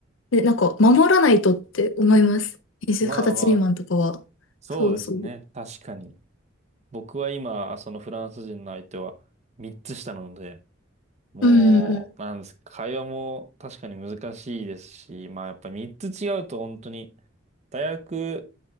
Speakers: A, on the left; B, on the right.
A: ね、なんか守らないとって思います。20、
B: まあまあ、
A: 二十歳未満とかは。
B: そうですね。
A: そうそう。
B: 確かに。僕は今、そのフランス人の相手は3つ下なので、もう、
A: うんうん。
B: なんですか、会話も確かに難しいですし、まあやっぱり3つ違うと本当に、大学